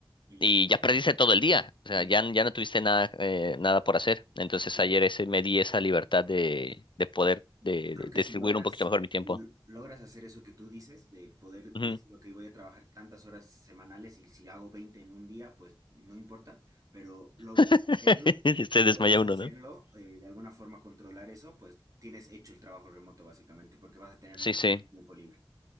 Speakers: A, on the right; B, on the left.
A: Y listo.
B: y ya perdiste todo el día.
A: ujú.
B: O sea, ya, n- ya no tuviste nada, eh, nada por hacer. Entonces
A: Sí.
B: ayer ese, me di esa libertad de, de poder
A: Yo
B: de,
A: creo
B: de
A: que
B: distribuir
A: si logras,
B: un poquito mejor mi tiempo.
A: l- logras hacer eso que tú dices, de poder decir,
B: Ujú.
A: ok, voy a trabajar tantas horas semanales y si hago 20 en un día, pues no importa, pero logras
B: <laughs>
A: hacerlo,
B: Se
A: logras
B: desmaya
A: hacerlo,
B: uno, ¿no?
A: eh, de alguna forma controlar eso, pues tienes hecho el trabajo remoto básicamente, porque vas a tener muchísimo
B: Sí, sí.
A: tiempo libre.